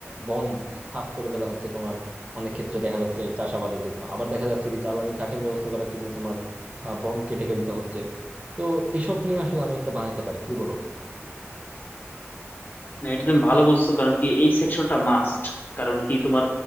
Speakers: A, on the right (about 30°); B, on the left (about 40°).
A: বন সাফ করে ফেলা হচ্ছে তোমার অনেক ক্ষেত্রে দেখা যাচ্ছে চাষাবাদের জন্য আবার দেখা যাচ্ছে কি জ্বালানি কাঠের ব্যবস্থা করার জন্য তোমার আহ, বন কেটে ফেলতে হচ্ছে তো এসব নিয়ে আসলে আমি একটা বানাইতে পারি কি বলো
B: না এটা তুমি ভালো বলছো কারণ কি এই সেকশনটা মাস্ট কারণ কি তোমার